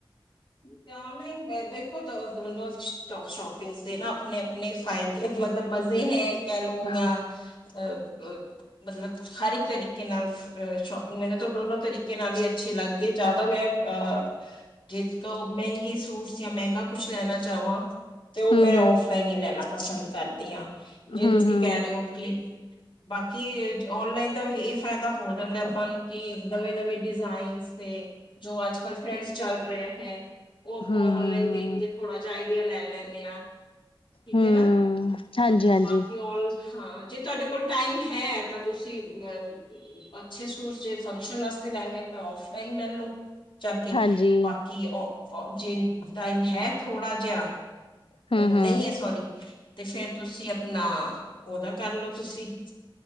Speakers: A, on the left; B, on the left.
A: ਤੇ ਔਨਲਾਈਨ ਦੇਖੋੋ, ਦੋਨੋ ਸ਼ੋਪਿੰਗ ਦੇ ਨਾ ਆਪਣੇ -ਆਪਣੇ ਫਾ ਮਤਲਬ ਮਜ਼ੇ ਹੈ, ਕਹਿ ਲਓ ਜਾਂ
B: ਹੂੰ
A: ਅ ਮਤਲਬ ਹਰ ਇੱਕ ਤਰੀਕੇ ਨਾਲ ਆਹ ਸ਼ੋਪਿੰਗ, ਮੈਨੂੰ ਤਾਂ ਦੋਨੋ ਤਰੀਕੇ ਨਾਲ ਈ ਅੱਛੇ ਲੱਗਦੇ ਐ। ਜਾਂ ਤਾਂ ਮੈਂ ਅ ਜੇਕਰ ਉਹ ਮਹਿੰਗੇ ਸੂਟ ਜਾਂ ਮਹਿੰਗਾ ਕੁਛ ਲੈਣਾ ਚਾਹਵਾਂ, ਤੇ ਉਹ
B: ਹੂੰ
A: ਮੈਂ
B: ਹੂੰ
A: ਔਫਲਾਈਨ ਹੀ ਲੈਣਾ। ਪਸੰਦ ਕਰਦੀ ਆ, ਜੇ
B: ਹੂੰ
A: ਤੁਸੀਂ
B: ਹੂੰ
A: ਕਹਿ ਰਹੇ ਹੋ ਕਿ ਬਾਕੀ ਔਨਲਾਈਨ ਦਾ ਇਹ ਫਾਇਦਾ ਹੋ ਜਾਂਦਾ, ਆਪਾਂ ਨੂੰ ਕਿ ਨਵੇਂ -ਨਵੇਂ ਡਿਜ਼ਾਇਨ ਤੇ ਜੋ ਅੱਜ -ਕੱਲ ਟਰੈਂਡ ਚੱਲ ਰਿਹਾ ਹੈ, ਉਹ ਆਪਾਂ
B: ਹੂੰ
A: ਔਨਲਾਈਨ ਦੇਖ ਕੇ
B: ਹੂੰ
A: ਥੋੜਾ ਜਾ ਆਈਡੀਆ ਲੈ ਲੈਂਨੇ ਆਂ। ਠੀਕ
B: ਹੂੰ
A: ਹੈ ਨਾ,
B: ਹਾਂਜੀ ਹਾਂਜੀ
A: ਬਾਕੀ ਔਨ ਹਾਂ, ਜੇ ਤੁਹਾਡੇ ਕੋਲ ਟਾਈਮ ਹੈ ਤਾਂ ਤੁਸੀਂ ਅ ਅੱਛੇ ਸੂਟਸ ਫੰਕਸ਼ਨ ਵਾਸਤੇ ਲੈਣੇ ਆ ਤਾਂ ਔਫਲਾਈਨ ਲੈ ਲੋ। ਜਾਕੇ
B: ਹਾਂਜੀ
A: ਬਾਕੀ ਅ ਉ ਜੇ ਟਾਈਮ ਹੈ ਥੋੜਾ ਜਿਹਾ
B: ਹੂੰ
A: ਅਹ
B: ਹੂੰ
A: ਨਹੀਂ ਐ ਸੋਰੀ, ਤੇ ਫੇਰ ਤੁਸੀਂ ਆਪਣਾ ਉਹਦਾ ਕਰ ਲਓ ਤੁਸੀਂ।